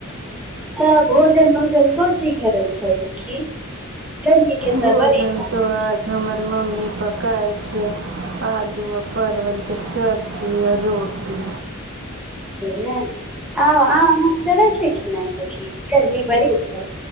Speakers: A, in the centre; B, on the right.
A: हं भोजन उजन कोन चीखे छै सखी गर्मी के
B: भोजन
A: तऽ बड़ी समस्या
B: तो आज हमर मम्मी पकायल छै आलू आ परवल के सब्जी आ रोटी
A: ने आउ अहाँ चलै छै किनहि सखि कनी बड़ी छै